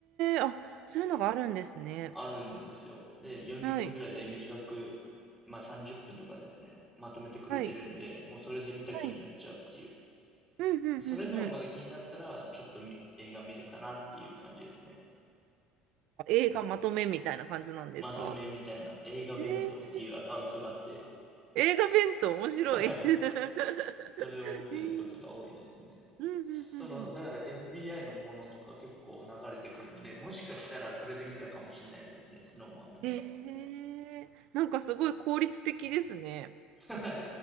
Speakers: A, on the right; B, in the centre.
A: ー、あそういうのがあるんですね。
B: あるんですよ。で、40分ぐらいで短く、
A: はい。
B: まあ30分とかですね、まとめてくれてるんで、
A: はい。
B: もうそれで見た気になっちゃうっていう。
A: はい。うんうんうんうん。
B: それでもまだ気になったら、ちょっとみ映画見るかなっていう感じですね。
A: 映画まとめみたいな感じなんですか
B: まとめみたいな映画弁当っていうアカウントがあって、
A: えー、映画弁当面白い。
B: <laughs>
A: <laughs>
B: それを見てることが多いですね。
A: えーうんうんうんうん。
B: その、だから FBI のものとか結構流れてくるんで、もしかしたらそれで見たかもしれないですね、スノーマンみたいな。
A: えー、なんかすごい効率的ですね。
B: <laughs> い